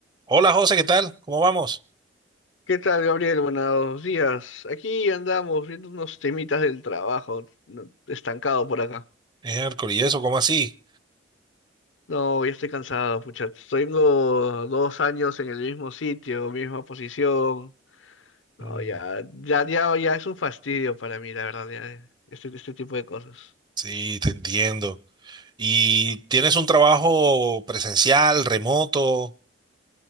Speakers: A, on the right; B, on the left.
A: Hola José, ¿qué tal? ¿Cómo vamos?
B: ¿Qué tal, Gabriel? Buenos días. Aquí andamos viendo unos temitas del trabajo, no- estancado por acá.
A: Miércoles, ¿y eso? ¿Cómo así?
B: No, ya estoy cansado, pucha. Tengo dos años en el mismo sitio, misma posición. No,
A: Mm,
B: ya, ya, ya, ya es un fastidio para mí, la verdad, ya, eh, este, este tipo de cosas.
A: Sí, te entiendo. ¿Y tienes un trabajo presencial, remoto?